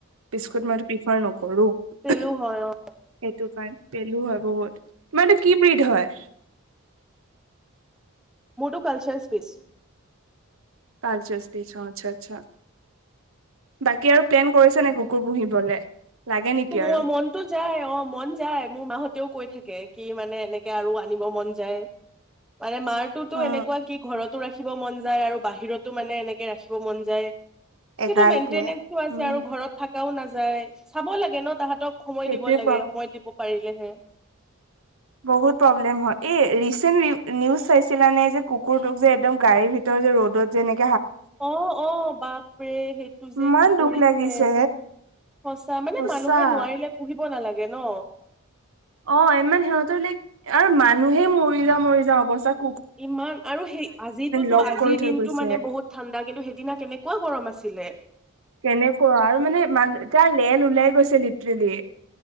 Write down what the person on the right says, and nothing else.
পি খুদনাটোপিত হয় কৰো
সেইটো
কাৰণে পেলু হয় বহুত তোমাৰটো কি ব্ৰীড হয়?
পালছ্পিছ আচ্ছা আচ্ছা বাকী আৰু প্লেন কৰিছে নে কুকুৰ পুহিবলে? লাগে নেকি
আৰু
উম
এগালকে
উম
সেইটোৱে
প্ৰব
বহুত প্ৰব্লেম ৰিচেন্ট নিউজ চাইছিলা নে যে কুকুৰটোক যে একদম গাড়ীৰ ভিত যে ৰ'দত যেনে
ইমান
দুখ লাগিছে
সঁচা
অ ইমান সিহঁতৰ লে আৰু মানুহে মৰি যাওঁ মৰি যাওঁ অৱস্থাত
লগ
কৰি থৈ
গৈছে
কেনেকুৱা আৰু মানে মান তাৰ লেল ওলাই গৈছে লিট্ৰলি